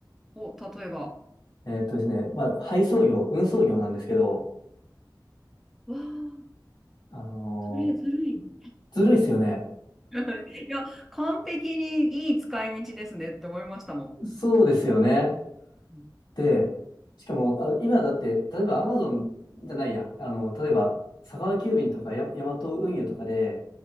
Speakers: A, in the centre; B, on the left.
A: お、例えば。
B: えーっとですね、まあ配送業、運送業なんですけど、
A: わあ、
B: あのー
A: それずるい。
B: ずるいっすよね。
A: <laughs> いや、完璧にいい使い道ですねって思いましたも
B: そうですよね。
A: ん
B: で、しかも、あの、今だって、例えばアマゾンじゃないや、あの、例えば佐川急便とかヤ、ヤマト運輸とかで、